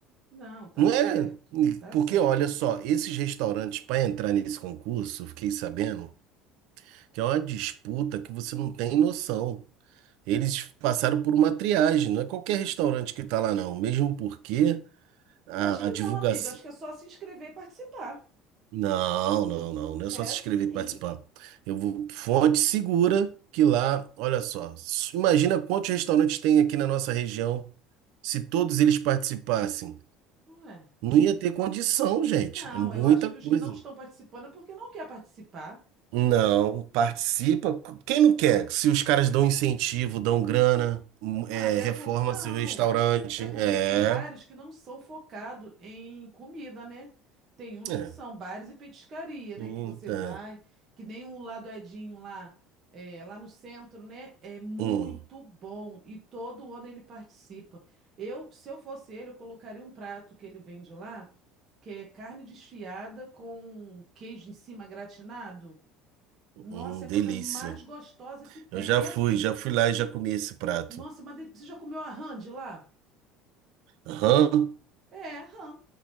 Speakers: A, on the right; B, on the right.
A: Não, tá
B: Não
A: certo,
B: é?
A: tá
B: Porque
A: certo.
B: olha só, esses restaurantes para entrar nesse concurso, eu fiquei sabendo que é uma disputa que você não tem noção. Eles passaram por uma triagem, não é qualquer restaurante que está lá, não. Mesmo porque a,
A: Eu acho que
B: a divulgação.
A: não, amigo. Acho que é só se inscrever e participar.
B: Não, não, não. Não é
A: É
B: só se inscrever
A: sim.
B: e participar. Eu vou. Fonte segura que lá, olha só. s- Imagina quantos restaurantes tem aqui na nossa região. Se todos eles participassem,
A: Ué.
B: não ia ter condição, gente.
A: Não,
B: É muita
A: eu acho que os
B: coisa.
A: que não estão participando é porque não quer participar.
B: Não, participa. Quem não quer? Se os caras dão incentivo, dão grana, hum,
A: Ah,
B: é,
A: até
B: reforma
A: porque. Não,
B: seu restaurante.
A: é porque
B: É.
A: tem bares que não são focados em comida, né? Tem uns
B: É.
A: que são bares e petiscaria, né?
B: Eita,
A: Que você vai, que nem o Ladoedinho lá, é, lá no centro, né? É muito
B: hum,
A: bom. E todo ano ele participa. Eu, se eu fosse ele, eu colocaria um prato que ele vende lá, que é carne desfiada com queijo em cima gratinado. Nossa,
B: hum,
A: é a
B: delícia.
A: coisa mais gostosa que tem.
B: Eu já
A: E
B: fui,
A: assim,
B: já fui lá e já comi esse prato.
A: nossa, mas de- você já comeu a hand lá?
B: Aham.
A: É, rã.